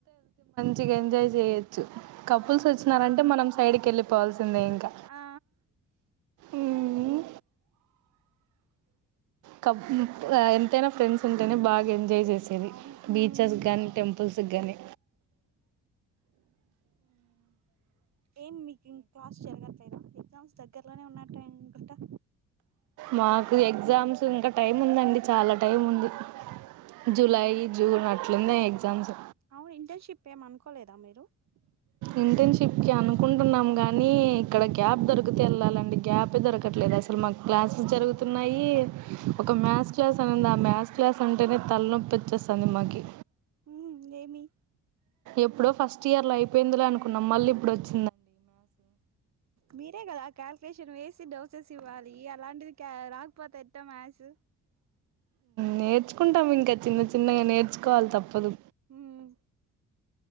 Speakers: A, on the right; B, on the right.
A: చికెన్ రైస్ చే కపుల్స్
B: ఆ
A: వచ్చినారంటే మనం సైడ్కి వెళ్ి పోవాలి వస్తుంది ఇంకా
B: ఆ
A: ఉమ్ కపుల్ ఎ ఎంతైన ఫ్రెండ్స్ ఉంటేనే బాగా ఎంజాయ్ చేసేది
B: అవును
A: బీచెస్ గాని టెంపుల్స్ కి గాని
B: ఏం మీకింగ్ క్లాస్ ఎగ్జామ్స్ దగ్గరలోనే ఉన్నట్ఉన్నయ్ అనుకుంటా
A: మాకు ఎగ్జామ్స్ ఇంకా టైం ఉందండి చాలా టైం ఉంది జలై జూన్ అ అట్లు ఉన్నాయి ఎగ్జామ్స్
B: అవును ఇంటర్నషిప్ ఏమనుకోలేదా మీరు
A: ఇంటర్నషిప్ప్ కి అనుకుంటున్నాం గానీ ఇక్కడ గ్యప్ దొరికితే వెళ్ళాలి ఇలాంటి గ్యాపే దొరకట్లేదు అసలు మాకు క్లాసెస్ జరుగుతున్నాయి ఒక మ్యాథ్స్ క్లాస్ తన ఆ మ్యాథ్ క్లాస్ అంటేనే తలనొప్పి వచ్చేస్తుంది మాకి
B: ఉ మ్ ఏమి
A: ఎప్పుడో ఫస్ట్ ఇయర్ లో అయిపోయిందిలే అనుకున్నాం మళ్ళీ ఇప్పుడు వచ్చి
B: మీరే కదా క్యాల్కులేషన్ వేసి సక్సెస్ ఇవ్వాలి అలాంటిది రాకపోతే ఎట్ట మాక్స్
A: నేర్చుకుంటాము ఇంకా చిన్న చిన్న చిన్నగా నేర్చుకోవాలి తప్పదు
B: ఉమ్